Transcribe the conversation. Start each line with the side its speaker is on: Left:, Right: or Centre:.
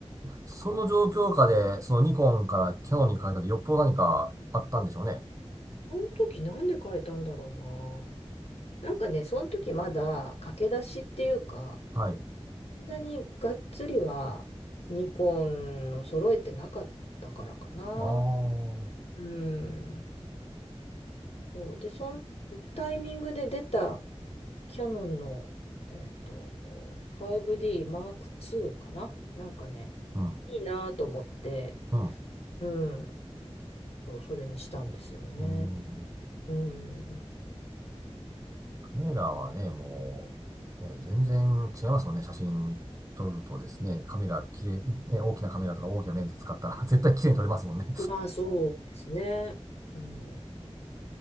Right: その状況下で、そのニコンからキャノンに変えたで、よっぽど何かあったんでしょうね。
Left: その時なんで変えたんだろうな。なんかね、その時まだ駆け出しっていうか、
Right: はい。
Left: そんなにがっつりはニコンを揃えてなかったからかな。
Right: ああ、
Left: うん。そう。で、そのタイミングで出たキヤノンの、えっと、5D Mark II かな。なんかね、
Right: うん、
Left: いいなと思って、
Right: うん。
Left: うんそう、それにしたんですよね。
Right: うーん
Left: うん。
Right: カメラはね、もう、ね、全然違いますもんね。写真撮るとですね、カメラ綺麗、いね、大きなカメラとか大きなレンズ使ったら <laughs> 絶対綺麗に撮れますもんね。
Left: まあ、そうですね。うん。